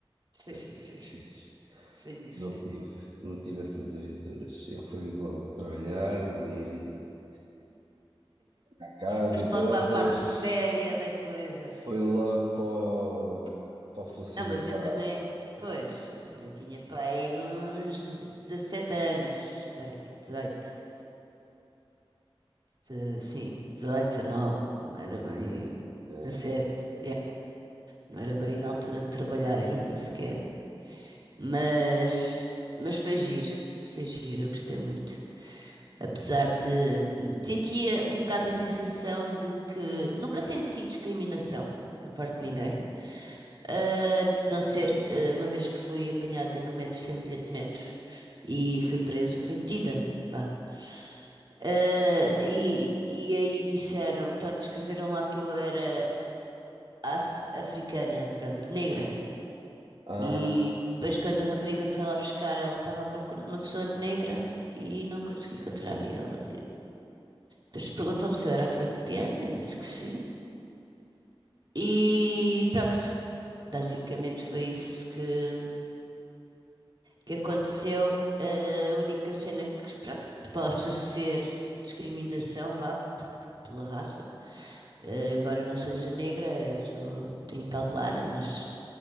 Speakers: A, on the right; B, on the right.
A: Foi
B: Deve
A: fixe,
B: Sido
A: foi
B: fixe.
A: fixe. Foi diferente.
B: Não tive, não tive essas aventuras. Eu fui logo trabalhar, ler e à casa,
A: Foste
B: em contas.
A: logo para a parte séria da coisa.
B: Foi logo para o, para o funcionário.
A: Não, mas
B: Para...
A: eu também, pois, eu também tinha para aí uns 17 anos. Bem, dezoito De- Sim, 18 19 não era bem
B: Uhum.
A: 17. Não era bem na altura de trabalhar ainda sequer. Mas, mas foi giro, foi giro, eu gostei muito. Apesar de hum, sentia um bocado a sensação de que nunca senti discriminação por parte de ninguém. A não ser eh, uma vez que fui apanhada no metro sem bilhete de metro e fui presa, fui tida. vá. Eh, e, e aí disseram, pronto, escreveram lá que eu era af- africana, pronto, negra.
B: Aham,
A: E depois, quando a rapariga me foi lá buscar, ela estava à procura de uma pessoa negra e não consegui encontrar. E ela e depois perguntou-me se eu era a Fabiana, eu disse que sim. E pronto, basicamente foi isso que, que aconteceu. Eh, A única cena que, pronto, possa ser discriminação, vá, porque, pela raça. Eh, embora eu não seja negra, eu sou, tenho pele clara, mas.